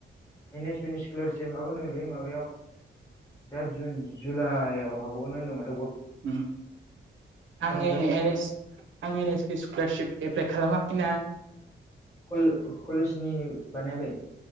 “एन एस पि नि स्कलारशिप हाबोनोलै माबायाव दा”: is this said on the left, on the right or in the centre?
Left